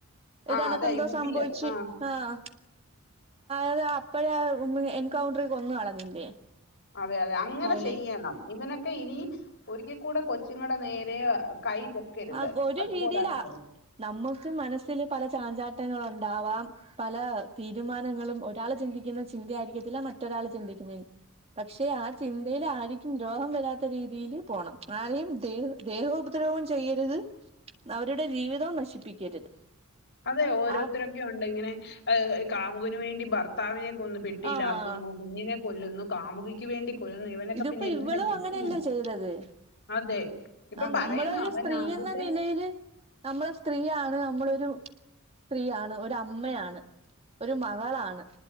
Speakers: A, on the left; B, on the right.
A: ആ
B: ഇതനക്ക്
A: അതെ
B: എന്തോ
A: യു
B: സംഭവിച്ചു
A: പിയില് ആ
B: ആഹ് അത് അപ്പഴേ എൻകൗണ്ടറി കൊന്നു കളഞ്ഞില്ലേ
A: അതെ അതെ അങ്ങനെ
B: പോലീ
A: ചെയ്യണം ഇവനൊക്കെ ഇനി ഒരിക്കൽ കൂടെ കൊച്ചുങ്ങളുടെ നേരെ ആഹ് കൈ പൊക്കരുത്
B: ആ ഒരു
A: അതുപോലാക്കിഡണം
B: രീതിയിലാ നമ്മുക്ക് മനസ്സില് പല ചാഞ്ചാട്ടങ്ങളൊണ്ടാവാം പല തീരുമാനങ്ങളും ഒരാള് ചിന്തിക്കുന്ന ചിന്ത ആയിരിക്കത്തില്ല മറ്റൊരാൾ ചിന്തിക്ക <unintelligible> പക്ഷെ ആ ചിന്തയിൽ ആരി രു ദ്രോഹം വരാത്ത രീതിയില് പോണം ആരെയും ദേഹ് ദേഹോപദ്രവം ചെ ചെയ്യരുത് അവരുടെ ജീവിതവും നശിപ്പിക്കരുത്
A: അതെ ഓരോരുത്തരൊക്കെ
B: ആ
A: യൊണ്ട് ഇങ്ങനെ ആഹ് കാ മുവിന് വേണ്ടി ഭർത്താവിനെ കൊന്ന് പെട്ടിയിലാക്കുന്നു
B: ആഹ്
A: കുഞ്ഞിനെ കൊല്ലുന്നു കാമുകിക്ക് വേണ്ടി കൊല്ലുന്നു ഇവനൊക്കെ
B: ഇതിപ്പോ
A: പിന്നെ എന്തിനാ
B: ഇവളും
A: കെട്ടുന്നത്
B: അങ്ങനെല്ലേ ചെയ്തത്
A: അതെ ഇപ്പം
B: ആ
A: പറയുന്നു
B: നമ്മള് ഒരു
A: അവൻ
B: സ്ത്രീ
A: ആദ്യം
B: എന്ന നിലയില് നമ്മള് സ്ത്രീയാണ് നമ്മളൊ രു സ്ത്രീയാണ് ഒരു അമ്മയാണ് ഒരു മകളാണ്